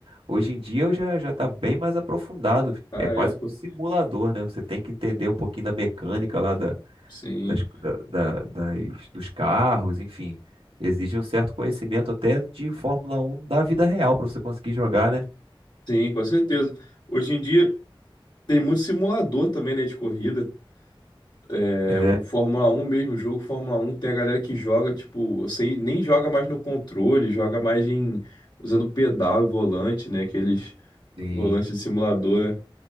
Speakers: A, on the right; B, on the left.
A: Hoje em dia eu já já está bem mais aprofundado,
B: Ah,
A: é quase
B: é, pô.
A: que um simulador, né? Você tem que entender um pouquinho da mecânica lá da,
B: Sim.
A: das, da- da- das- dos carros, enfim. Exige um certo conhecimento até de Fórmula 1 da vida real para você conseguir jogar, né?
B: Sim, com certeza. Hoje em dia tem muito simulador também, né, de corrida. É,
A: É,
B: o Fórmula um mesmo, o jogo Fórmula um tem a galera que joga, tipo, sem, nem joga mais no controle, joga mais em usando pedal e volante, né? Aqueles
A: sim.
B: volantes de simulador.